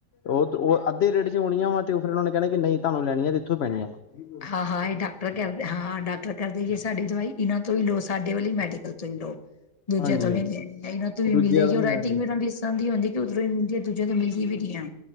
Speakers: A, on the left; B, on the left.
A: ਤੁਸੀ ਕਦੋਂ ਨਾਨਕਾ ਜਾਣਾ ਹਨ। ਉਹ ਉਹ ਅੱਧੇ ਰੇਟ ਚ ਆਉਣੀਆਂ ਵਾ ਤੇ ਫਿਰ ਉਹ ਨੇ ਕਹਿਣਾ ਕਿ ਨਹੀਂ ਤੁਹਾਨੂੰ ਲਈਆਂ ਤੇ ਇੱਥੋਂ ਪੈਣੀਆਂ ਵਾ ਹਨ ।
B: ਹਾਂ ਹਾਂ ਇਹ ਡਾਕਟਰ ਕਰਦੇ ਹਾਂ ਡਾਕਟਰ ਕਰਦੇ ਜੇ ਸਾਡੀ ਦਵਾਈ ਇਹਨਾਂ ਤੋਂ ਵੀ ਲੋਸ ਮਿਲਦਾ ਸੀ। ਸਾਡੇ ਵਾਲੀ ਮੈਡੀਕਲ ਤੋਂ ਹੀ ਲਓ ਮਿਲ ਜਾਂਦਾ
A: ਹਾਂਜੀ
B: ਹਨ। ਦੂਜਿਆਂ ਤੋਂ ਵੀ ਇਹਨਾਂ ਤੋਂ ਵੀ
A: ਦੂਜਿਆਂ
B: ਮਿਲੇਗੀ
A: ਤੋਂ
B: ਉਹ
A: ਨੀ
B: ਰਾਈਟਿੰਗ
A: ਲੈਣੀ
B: ਵੀ ਇਹਨਾਂ ਦੀ ਇਸ ਤਰ੍ਹਾਂ ਦੀ ਹੁੰਦੀ ਉਧਰੋਂ ਹੀ ਮਦੀ ਵੀ ਹੈ। ਦੂਜਿਆਂ ਤੋਂ ਮਿਲਦੀ ਵੀ ਨਹੀਂ ਆ ਗਿਆ ਹਨ।